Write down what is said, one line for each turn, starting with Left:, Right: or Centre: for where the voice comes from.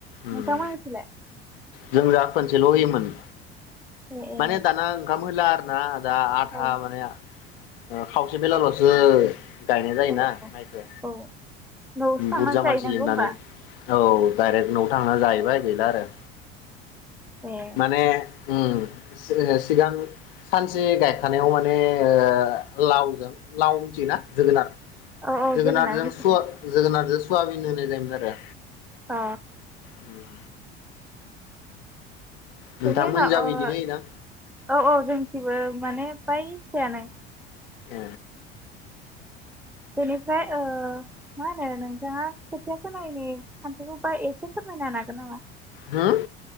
Centre: नोंथांमोननिथिंलाय
Left: उम जोंजाफोन सेल'होयोमोन।
Centre: ए ए
Left: माने दाना ओंखाम होला आरोना। दा आथा
Centre: औ
Left: माने आ ओ खावसे बेलाल'सो गायनाय जायोना
Centre: औ औ
Left: माइखो
Centre: औ न'आवसो थांनानै
Left: बुरजा
Centre: जाहैनांगौ
Left: मानसि लिंनानै
Centre: होमबा
Left: औ डाइरेक्ट न'आव थांना जाहैबाय गैला आरो
Centre: एह
Left: माने उम सिगांओ सिगां सानसे गायखानायाव माने ओ लावजों लाव मिथियोना जोगोनार
Centre: औ औ
Left: जोगोनाथजों
Centre: जोगोनार मिथिगो
Left: सया जोगोनारदो सवाबिनदो मेलेम गारो
Centre: अ
Left: उम नोंथांमोन
Centre: बेनि उनाव
Left: जाबो
Centre: ओ
Left: बिदिनो होयोदां?
Centre: औ औ जोंथिबो माने फाय एखेआनो
Left: ए
Centre: बेनिफ्राय ओ मा होनो नोंथाङा खोथिया फोनायनि खान्थिखौ बा एसे फोरमायनो हागोन नामा?
Left: होम